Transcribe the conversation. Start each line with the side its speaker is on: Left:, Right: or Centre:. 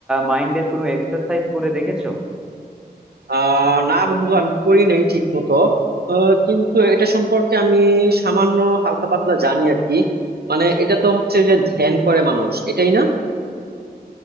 Centre: মাইন্ডের কোনো এক্সারসাইজ করে দেখেছো
Right: আহ না বন্ধু আমি করি নাই ঠিক মতো আহ, কিন্তু এটা সম্পর্কে আমি সামান্য হালকা পাতলা জানি আর কি মানে এটা তো হচ্ছে যে ধ্যান করে মানুষ এটাই না